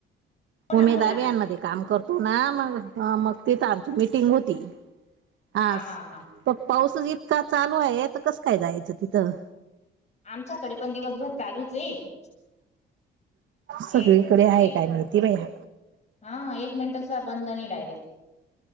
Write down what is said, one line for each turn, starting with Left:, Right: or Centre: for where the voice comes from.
Left: हो ना
Right: उमेद
Left: बोला
Right: अभियानमध्ये
Left: ना
Right: काम करतो ना मग ह मग तिथं आमची मीटिंग होती
Left: हा
Right: आज
Left: हा हा
Right: प पाऊस इतका चालू आहे तर कसं काय जायचं तिथं
Left: आमच्याकडे पण दिवसभर चालूच आहे
Right: सगळीकडे
Left: एक
Right: आहे काय माहिती
Left: <inaudible>
Right: बाई
Left: हा एक मिनिटं सुद्धा बंद नाही डायरेक्ट